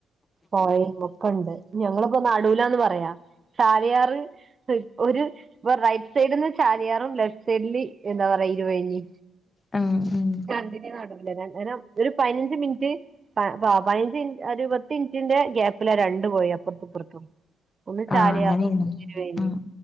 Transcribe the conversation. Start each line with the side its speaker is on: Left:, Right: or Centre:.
Right: പുഴയും ഒ ക്കെണ്ട് ഞങ്ങള് ഇപ്പോ നടൂലാന്ന് പറയാ ചാലിയാറ് ഒര് ഇപ്പൊ റൈറ്റ് സൈഡിന്ന് ചാലിയാറും ലെഫ്റ്റ് സൈഡില് എന്താ പറയാ ഇരുവഴിഞ്ഞി
Left: ഉം ഉം
Right: രണ്ടിന്റിം നടൂല ഞാൻ ഒരു പതിനഞ്ച് മിനിറ്റ് പ പതിനഞ്ച് മിൻ ഒരു പത്ത് മിൻറ്റിന്റെ ഗ്യാപ്പിലാ രണ്ട് പൊയിം അപ്പൊർത്തും ഇപ്പൊർത്തും ഒന്ന്
Left: ആഹ്
Right: ചാലിയാറും
Left: അങ്ങനെയാണ്
Right: ഒന്ന് ഇരുവഴിഞ്ഞി
Left: ഉം